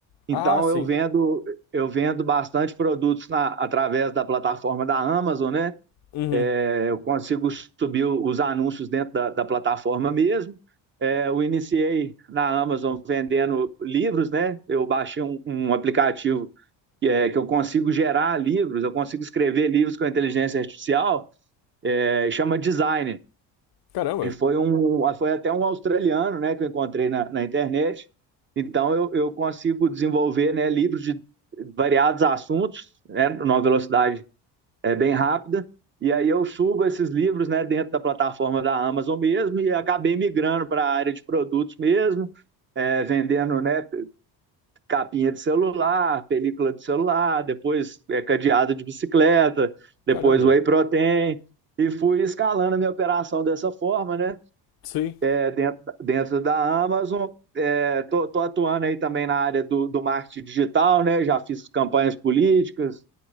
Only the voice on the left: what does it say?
Ah, sim.
Uhum.
Caramba,
caramba.
Sim,